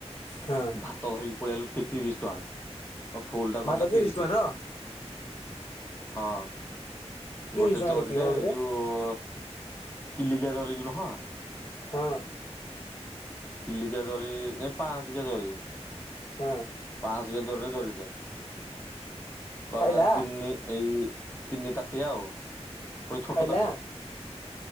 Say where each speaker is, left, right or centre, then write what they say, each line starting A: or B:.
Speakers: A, on the left; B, on the left.
A: ହଁ
B: ଭାତ ଧରିକି ପଳେଇଆଇଲା ଏତେ ତିରିଶ ଟଙ୍କା ଆ ଫୁଲ୍ ଟା
A: ଭାତ
B: କହିଲା ତିରିଶ।
A: ଟଙ୍କାର
B: ହଁ
A: ତିରିଶ
B: ଗୋଟେ
A: ଟଙ୍କା
B: ଜରିରେ
A: କେତିକି ହବ କିରେ?
B: ଏଇ ଯୋଉ କିଲିକିଆ ଜରି ଯୋଉ ନୁହଁ
A: ହଁ।
B: କିଲିକିଆ ଜରି ନାଇଁ ପାଆସକିଆ ଜରି
A: ହଁ।
B: ପାଆସକିଆ ଜରିରେ ଜରିଟେ କଣ
A: ପାଇଲା
B: ହେଲା ଦିନି ଏଇ ତିନିଟା ପା ଟିଆ ଆଉ ମୋ ଛୋଟ
A: ପାଇଲା
B: ତାଟିଆ